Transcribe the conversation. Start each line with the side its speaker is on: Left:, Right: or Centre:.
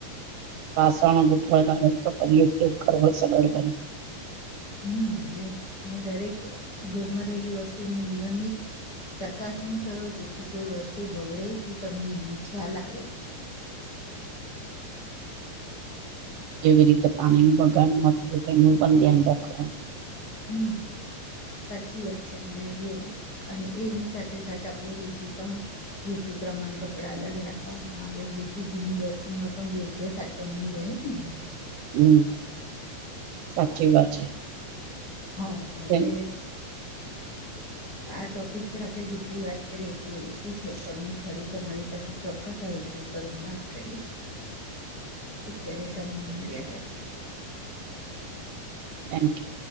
Right: વાસણ ગોઠવાના હોય તો ફરી ઉપયોગ કરવો સરળ બને
Left: હમ્મ અને દરેક ઘરમાં રહેલી વસ્તુની નિયમિત ચકાસણી કરો જેથી કોઈ વસ્તુ બગડે તો તમને એનો ખ્યાલ આવે
Right: જેવી રીતે પાણી નું બગાડ ન થાય તો એનું પણ ધ્યાન રાખવાનું.
Left: હમ્મ સાચી વાત છે અને અને એની સાથે સાથે આપડે ઋતુ પણ ઋતુ પ્રમાણે કપડા અલગ રાખવામાં આવે જેથી જૂની વસ્તુ ન પણ યોગ્ય સાચવણી રહે <unintelligible>
Right: હમ્મ સાચી વાત છે.
Left: હા હવે
Right: થેન્ક
Left: આ ટોપિક પર આપણે જેટલી વાત કરીએ એટલી ઓછી છે પણ હું ફરી તમારી સાથે ચોક્કસ આવી હજી પણ હું વાત કરીશ. અત્યારે સમયની મર્યાદા છે એટલે.
Right: Thank you.